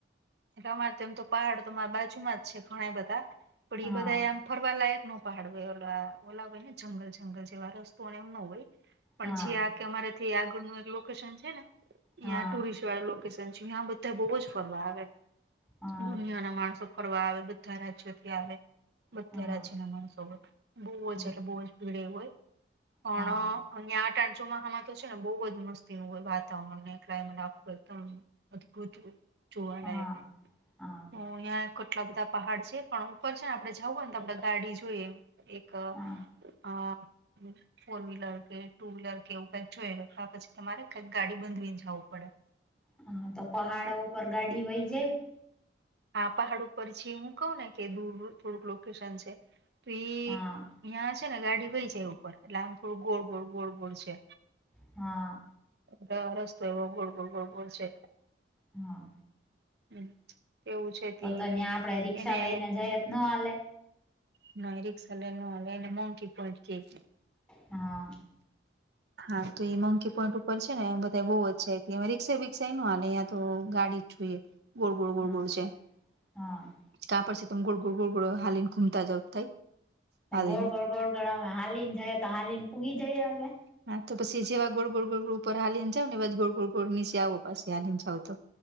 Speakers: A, on the right; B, in the centre.
A: ઈ તો અમાર તો એમ તો પહાડ તો મારા બાજુમાં જ છે ઘણા બધા પણ
B: હા
A: એ બધા આમ ફરવાલાયક નો પહાડ હોય ઓલા હોય ને જંગલ જંગલ જેવા રસ્તો એમ નો હોય. પણ
B: હા
A: જ્યાં તમારા થી આગળનું એક લોકેશન છે ને ત્યાં
B: હા
A: ટુરિસ્ટ વાળુ લોકેશન છે અયા બધા બોવ જ ફરવા આવે.
B: હા
A: દુનિયાના માણસો ફરવા આવે બધા રાજ્યોથી આવે. બધા
B: હા
A: રાજ્યના માણસો હોય બો
B: હા
A: ઓછા એટલે બો જ ભીડ ના હોય પણ
B: હા
A: અહીંઆ ટા ચોમાસા માં તો છે ને બો જ મસ્તી નું હોય વાતાવરણ ને ક્લાયમેટ આ ગોતવું જોવા
B: હા
A: લાયક
B: હા.
A: અહંયા કેટલા બધા પહાડ છે પણ ઉપર છે ને આપડે જવું ને તો આપડે ગાડી જોઈએ એક તો
B: હા
A: આ અ ફોર વ્હીલર કે ટુ વ્હીલર કે એવું કઈક જોઇએ કા પછી તમારે કઈક ગાડી બાંધી ને જવું પડે.
B: હા તો પહાડો ઉપર ગાડી વહી જાય.
A: હા પહાડ ઉપર છે એમ કહું ને કે દૂર થોડુંક લોકેશન છે. તો ઈ
B: હા
A: ત્યાં છે ને ગાડી વહી જાય ઉપર એટલે આમ થોડું ગોળ ગોળ ગોળ ગોળ છે.
B: હા.
A: ત્યાં રસ્તો એવો ગોળ ગોળ ગોળ ગોળ છે.
B: હા.
A: હમમ એવું છે.
B: તો
A: તે
B: તમે આપડે રી્ષા
A: એને
B: લઈને જાયે તો નો હાલે.
A: નય રીક્ષા લઈ નો હાલે એને મકી પોઈન્ટ કેય.
B: હા.
A: હા તો એ મંકી પોઈન્ટ ઉપર છે ને બધા બો રિક્ષા બિક્સા ન હાલે ત્યાં તો ગાડી જોઈએ ગોળ ગોળ ગોળ
B: હા
A: ગોળ છે.
B: હા
A: કા પછી તમે ગોળ ગોળ ગોળ ગોળ હાલીને ઘૂમતા જાવ થાય હાલીને.
B: ગોળ ગોળ ગોળ ગોળ આમ હાલી ને જાય તો હાલીને પૂગી જઈએ અમે.
A: હા તો પછી જેવા ગોળ ગોળ ગોળ ઉપર હાલીને જાવ ને તેવા જ ગોળ ગોળ ગોળ નીચે આવો પછી હાલી ને જાવ તો